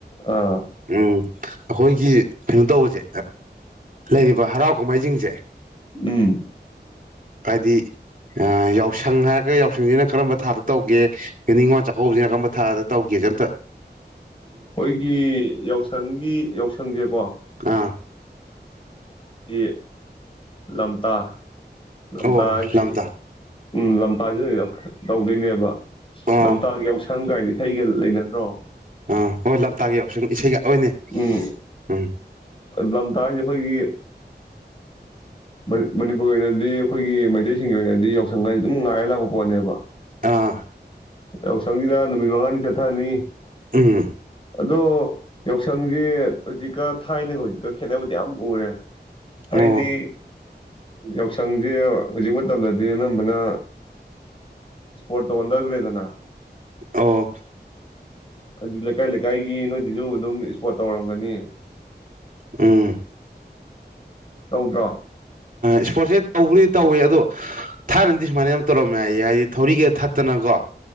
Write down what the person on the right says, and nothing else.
ꯎꯝ ꯑꯩꯈꯣꯏꯒꯤ ꯀꯩꯅꯣ ꯇꯧꯕꯁꯦ꯫ ꯂꯩꯔꯤꯕ ꯍꯔꯥꯎ ꯀꯨꯝꯍꯩꯁꯤꯡꯁꯦ
ꯍꯥꯏꯗꯤ ꯌꯥꯎꯁꯪ ꯍꯥꯏꯔꯒ ꯌꯥꯎꯁꯪꯁꯤꯅ ꯀꯔꯝꯕ ꯊꯥꯗ ꯇꯧꯒꯦ ꯅꯤꯡꯉꯣꯜ ꯆꯥꯛꯀꯧꯕꯁꯤꯅ ꯀꯔꯝꯕ ꯊꯥꯗ ꯇꯧꯒꯦꯁꯦ ꯑꯃꯇ꯫
ꯑꯥ
ꯑꯣ ꯂꯝꯇꯥ
ꯑꯣ
ꯑꯥ ꯍꯣꯏ ꯂꯝꯇꯥꯒꯤ ꯌꯥꯎꯁꯪ ꯏꯁꯩꯒ ꯍꯣꯏꯅꯦ
ꯎꯝ
ꯑꯥ
ꯎꯝ
ꯑꯣ
ꯑꯣ
ꯎꯝ
ꯏꯁꯄꯣꯔꯠꯁꯦ ꯇꯧꯕꯔꯤ ꯇꯧꯋꯦ ꯑꯗꯣ ꯊꯥꯔꯗꯤꯁꯨ ꯃꯥꯅꯤ ꯌꯥꯝ ꯇꯧꯔꯝꯃꯦ ꯌꯦ ꯍꯥꯏꯗꯤ ꯊꯧꯔꯤꯒ ꯊꯠꯇꯅꯀꯣ